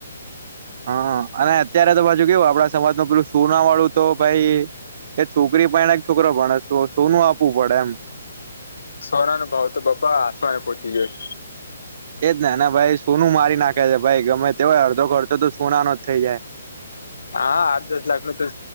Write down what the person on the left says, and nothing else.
સોના નો ભાવ તો પપ્પા આસમાને પહોંચી ગયો છે.
હા, આઠ દસ લાખ નું તો